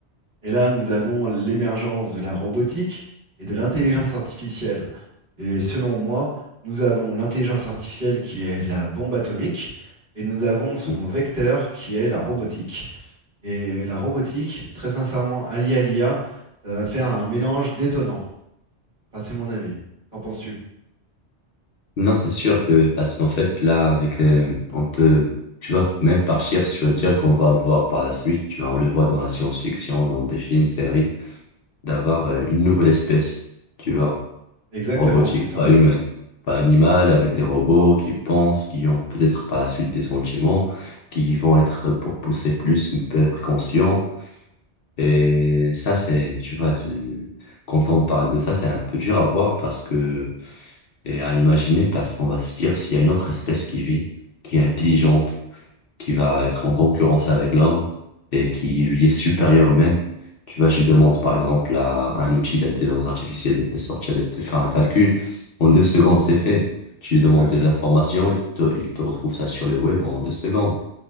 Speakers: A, on the right; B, on the left.
A: Et là, nous avons l'émergence de la robotique et de l'intelligence artificielle. Et selon moi, nous avons l'intelligence artificielle qui est la bombe atomique et nous avons son
B: Mm.
A: vecteur qui est la robotique. Et la robotique, très sincèrement, alliée à l'IA, ça va faire un mélange détonnant. Enfin, c'est mon avis. Qu'en penses-tu?
B: Non, c'est sûr que, parce qu'en fait, là, avec, euh, on peut, tu vois, même partir sur dire qu'on va avoir par la suite, tu vois, on le voit dans la science-fiction, dans des films, séries, d'avoir euh, une nouvelle espèce, tu vois.
A: Exactement,
B: robotique,
A: c'est ça.
B: pas humaine, pas animale, avec des robots qui pensent, qui ont peut-être par la suite des sentiments, qui vont être, pour pousser plus, peut être conscients. Et ça, c'est, tu vois, je- quand on parle de ça, c'est un peu dur à voir parce que, et à imaginer parce qu'on va se dire s'il y a une autre espèce qui vit, qui est intelligente, qui va être en concurrence avec l'homme et qui lui est supérieur même. Tu vois, je lui demande par exemple à un outil d'intelligence artificielle de te sortir, de te faire un calcul. En deux secondes, c'est fait. Tu lui
A: Tout
B: demandes
A: à fait.
B: des informations et te- il te retrouve ça sur le web en deux secondes.